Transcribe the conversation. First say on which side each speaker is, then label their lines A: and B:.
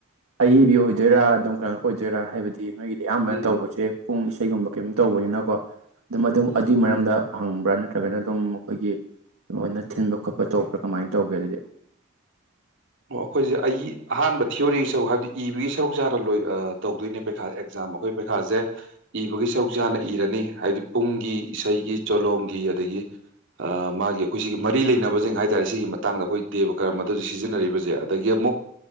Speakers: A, on the right; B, on the right.
A: ꯑꯏꯕꯤ ꯑꯣꯏꯗꯣꯏꯔꯥ ꯑꯗꯨꯝ ꯀꯩꯅꯣ ꯑꯣꯏꯗꯣꯏꯔꯥ ꯍꯥꯏꯕꯗꯤ ꯅꯣꯏꯒꯤꯗꯤ ꯑꯌꯥꯝꯥꯟꯕꯅ
B: ꯎꯝ
A: ꯇꯧꯕꯁꯦ ꯄꯨꯡ ꯀꯩꯒꯨꯝꯕ ꯀꯩꯝ ꯇꯧꯕꯅꯤꯅꯀꯣ ꯃꯗꯨ
B: ꯎꯝ
A: ꯑꯗꯨꯏ ꯃꯔꯝꯗ ꯍꯪꯕ꯭ꯔꯥ ꯅꯠꯇ꯭ꯔꯒꯅ ꯑꯗꯨꯝ ꯑꯩꯈꯣꯏꯒꯤ ꯑꯗꯨꯃꯣꯏꯅ ꯊꯤꯟꯕ ꯈꯣꯠꯄ ꯇꯧꯕ꯭ꯔꯥ ꯀꯃꯥꯏꯅ ꯇꯧꯒꯦ ꯑꯗꯨꯗꯤ
B: ꯑꯣ ꯑꯩꯈꯣꯏꯁꯦ ꯑꯩꯒꯤ ꯑꯍꯥꯟꯕ ꯊꯤꯑꯣꯣꯔꯤꯒꯤ ꯁꯔꯨꯛ ꯍꯥꯏꯕꯗꯤ ꯏꯕꯒꯤ ꯁꯔꯨꯛꯦ ꯍꯥꯟꯅ ꯂꯣꯏ ꯇꯧꯗꯣꯏꯅꯦ ꯄꯩꯈꯥ ꯑꯦꯛꯖꯥꯝ ꯑꯩꯈꯣꯏ ꯄꯩꯈꯥꯁꯦ ꯏꯕꯒꯤ ꯁꯔꯨꯛꯁꯦ ꯍꯥꯟꯅ ꯏꯔꯅꯤ ꯍꯥꯏꯕꯗꯤ ꯄꯨꯡꯒꯤ ꯏꯁꯩꯒꯤ ꯆꯣꯂꯣꯝꯒꯤ ꯑꯗꯒꯤ ꯃꯥꯒꯤ ꯑꯩꯈꯣꯏ ꯁꯤꯒꯤ ꯃꯔꯤ ꯂꯩꯅꯕꯁꯤꯡ ꯍꯥꯏ ꯇꯥꯔꯦ ꯁꯤꯒꯤ ꯃꯇꯥꯡꯗ ꯑꯩꯈꯣꯏ ꯗꯦꯕ ꯀꯔꯝꯕ ꯑꯗꯨ ꯁꯤꯖꯤꯟꯅꯔꯤꯕꯁꯦ ꯑꯗꯒꯤ ꯑꯃꯨꯛ